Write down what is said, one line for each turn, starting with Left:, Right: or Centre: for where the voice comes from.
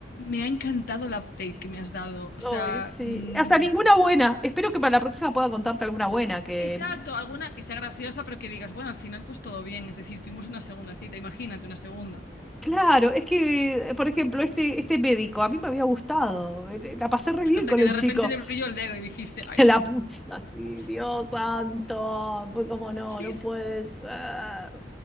Left: Me ha encantado el update que me has dado. O
Centre: Ay,
Left: sea,
Centre: sí.
Left: mm,
Centre: Hasta ninguna buena. Espero que para la próxima pueda contarte alguna buena que...
Left: exacto,
Centre: mm,
Left: alguna que sea graciosa, pero que digas, bueno, al final pues todo bien. Es decir, tuvimos una segunda cita, imagínate una segunda.
Centre: Claro, es que, eh, por ejemplo, este, este médico, a mí me había gustado, eh, la pasé re
Left: Claro,
Centre: bien
Left: Hasta
Centre: con
Left: que
Centre: el
Left: de
Centre: chico.
Left: repente le brilló el dedo y dijiste,
Centre: <laughs>
Left: ay,
Centre: La puta, sí,
Left: ups,
Centre: Dios santo. Pues como no,
Left: upsis.
Centre: no puede ser.